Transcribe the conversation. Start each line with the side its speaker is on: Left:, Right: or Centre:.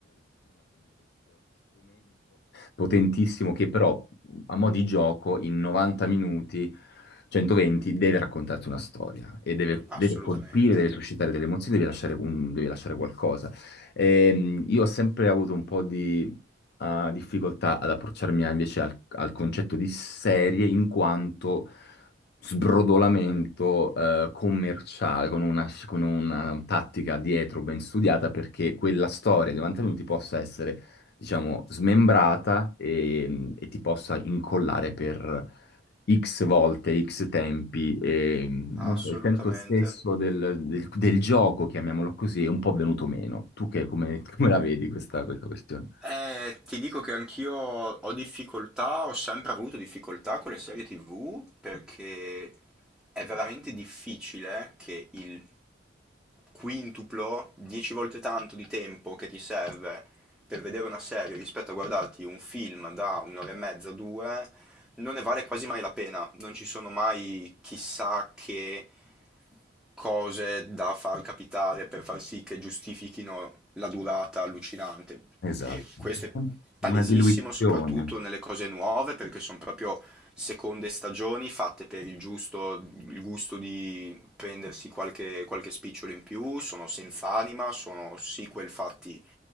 Left: potentissimo che però a mo' di gioco in 90 minuti, 120, deve raccontarti una storia e deve,
Centre: Assolutamente,
Left: deve colpire, deve suscitare delle emozioni, deve lasciare, un- deve lasciare qualcosa. Ehm, io ho sempre avuto un po' di eh, difficoltà ad approcciarmi a- invece al, al concetto di serie in quanto sbrodolamento eh, commerciale, con una, con una tattica dietro ben studiata perché quella storia di mantenuti possa essere, diciamo, smembrata e, e ti possa incollare per X volte, X tempi e non
Centre: assolutamente.
Left: so, il senso stesso del, del- del gioco, chiamiamolo così, è un po' venuto meno. Tu che come, <laughs> come la vedi questa, questa questione?
Centre: Eh, ti dico che anch'io ho difficoltà, ho sempre avuto difficoltà con le serie TV perché è veramente difficile che il quintuplo, dieci volte tanto di tempo che ti serve per vedere una serie rispetto a guardarti un film da un'ora e mezza, due, non ne vale quasi mai la pena, non ci sono mai chissà che cose da far capitare per far sì che giustifichino la durata allucinante.
Left: Esatto,
Centre: E questo è palesissimo,
Left: una diluizione.
Centre: soprattutto nelle cose nuove, perché sono proprio seconde stagioni fatte per il giusto, il gusto di prendersi qualche, qualche spicciolo in più, sono senza anima, sono sequel fatti